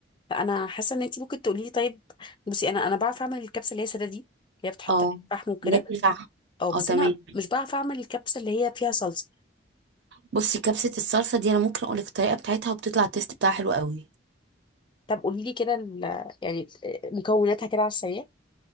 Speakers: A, on the left; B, on the right.
A: انا حاسه ان انت ممكن تقولي لي طيب بصي انا انا بعرف اعمل الكبسه اللي هي ساده دي اللي هي بتحط
B: اه
A: عليها فحم وكده
B: اللي هي بالفحم
A: اه بس
B: اه تمام
A: انا مش بعرف اعمل الكبسه اللي هي فيها صلصه
B: بصي كبسة الصلصة دي انا ممكن اقولك الطريقة بتاعتها وبتطلع التيست بتاعها حلو قوي
A: طب قولي لي كده ال- يعني آه، مكوناتها كده على السريع